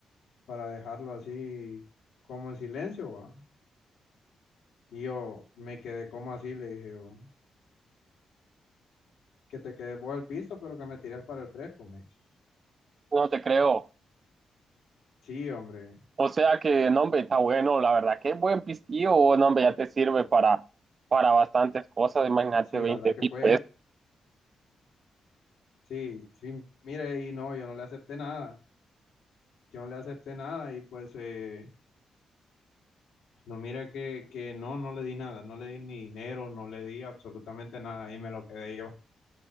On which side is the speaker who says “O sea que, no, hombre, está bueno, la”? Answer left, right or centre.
Right